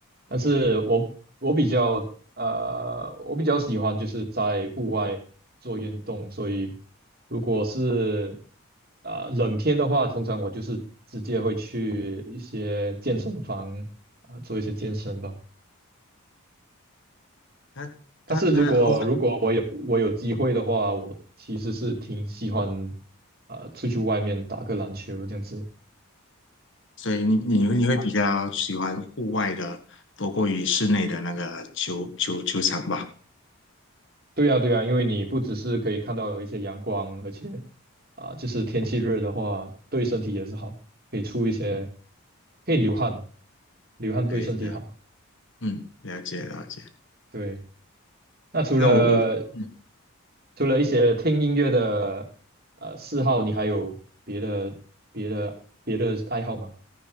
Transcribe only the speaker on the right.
但是我我比较呃，我比较喜欢就是在户外做运动，所以如果是啊、冷天的话，通常我就是直接会去一些健身房啊、做一些健身吧。
但是如果如果我有我有机会的话，我其实是挺喜欢啊、呃出去外面打个篮球这样子。
对呀、对呀、因为你不只是可以看到一些阳光，而且啊、就是天气热的话，对身体也是好，可以出一些，可以流汗，流汗对身体好。
对。那除了
除了一些听音乐的呃嗜好，你还有别的别的别的爱好吗？